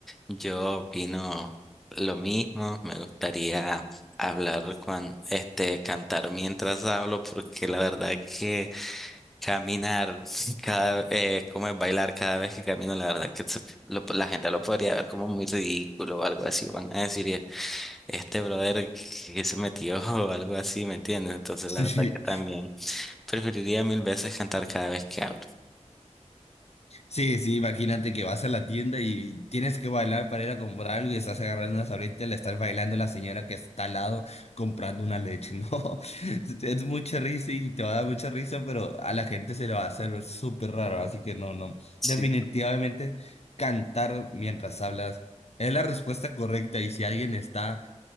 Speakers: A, in the centre; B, on the left.
A: Yo opino lo mismo, me gustaría hablar con este cantar mientras hablo porque la verdad que caminar <laughs> cada eh, como es bailar cada vez que camino la verdad que se- lo- la gente lo podría ver como muy ridículo o algo así van a decir "Eh, este brother que se metió <laughs> o algo así ¿me entiendes? Entonces
B: <laughs>
A: la verdad que también
B: Sí,
A: preferiría mil veces cantar cada vez que hablo.
B: Sí, sí, imagínate que vas a la tienda y tienes que bailar para ir a comprar algo y estás agarrando una sabrita y le estás bailando a la señora que está al lado comprando una leche. <laughs> No, es es mucha risa y te va a dar mucha risa, pero a la gente se le va a hacer súper raro, así que no, no.
A: Sí.
B: Definitivamente cantar mientras hablas es la respuesta correcta y si alguien está,